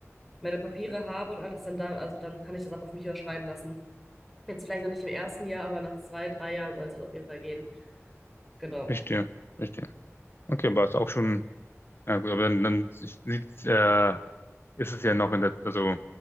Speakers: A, in the centre; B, on the left.
A: meine Papiere habe und alles, dann da, also dann kann ich das auch auf mich überschreiben lassen. Jetzt vielleicht noch nicht im ersten Jahr, aber nach zwei, drei Jahren soll es das auf jeden Fall gehen. Genau.
B: verstehe, verstehe. Okay, aber ist auch schon, ja gut, aber dann, dann sieht's, äh, ist es ja noch in der, also